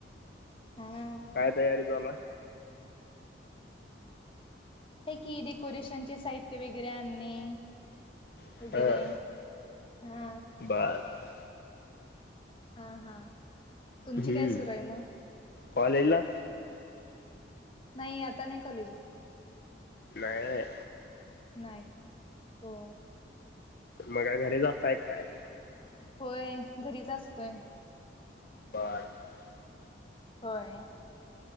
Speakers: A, on the left; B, on the left.
A: हा
B: काय तयारी झालाय
A: हे कि डेकोरेशन चे साहित्य वगैरे आणणे.
B: आहे
A: वगैरे
B: हा
A: हा
B: बर बर
A: हा हा तुमची
B: हम्म
A: काय सुरु आहे मग?
B: कॉलेजला
A: नाही आता नाही कॉलेजला.
B: नाय नाय.
A: नाही. हो
B: मग काय घरीच असताय काय?
A: होय घरीच असतोय.
B: बर बरं.
A: होय.